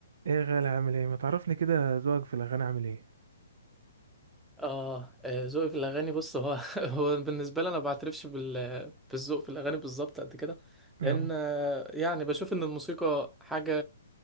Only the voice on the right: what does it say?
ايه يا غالي عامل ايه ما تعرفني كده ذوقك في الاغاني عامل ايه
اه